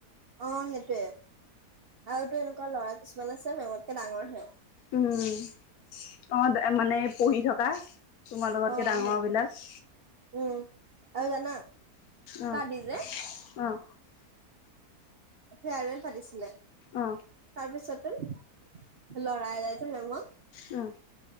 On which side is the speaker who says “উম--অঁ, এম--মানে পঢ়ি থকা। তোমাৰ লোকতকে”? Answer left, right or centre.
Left